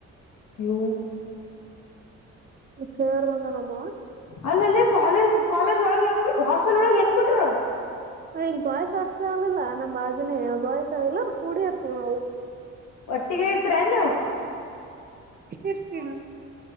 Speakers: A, on the left; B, on the right.
A: ಯು
B: ಸರ್ ಬಂದಾನಪ್ಪ
A: ಅಲ್ಲಲ್ಲಿ ಕಾಲೇಜ್ ಕಾಲೇಜ್ ಒಳಗೆ ಹೆಂಗ್ ಹಾಸ್ಟೆಲ್ ಒಳಗೆ ಹೆಂಗ್ ಬಿಿಟ್ರು
B: ಇಲ್ಲಿ ಬಾಯ್ಸ ಅಷ್ಟಲ ಆಲಿಲ್ಲಾ ನಮ್ ಬಾಜನೆೇ ಬಾಯ್ಸ ಇಲ್ಲ ಅ ಕೂಡ ಇರ್ತೀವಿ ನಾವು
A: ಒಟ್ಟಿಿಗೆಟ್ತ್ರೆನು
B: ಇರ್ತೀವಿ ನಾವು.